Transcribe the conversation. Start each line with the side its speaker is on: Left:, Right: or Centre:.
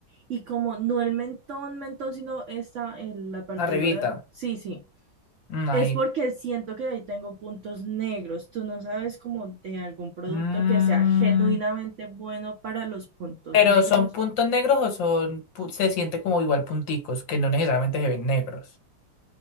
Right: y como no el mentón, mentón, sino esta, en la partidura,
Left: Arribita,
Right: sí, sí.
Left: mm,
Right: Es
Left: ahí.
Right: porque siento que ahí tengo puntos negros. Tú no sabes como de algún producto
Left: Mm,
Right: que sea genuinamente bueno para los puntos
Left: Pero
Right: negros.
Left: son puntos negros o son, pu- se siente como igual punticos, que no necesariamente se ven negros.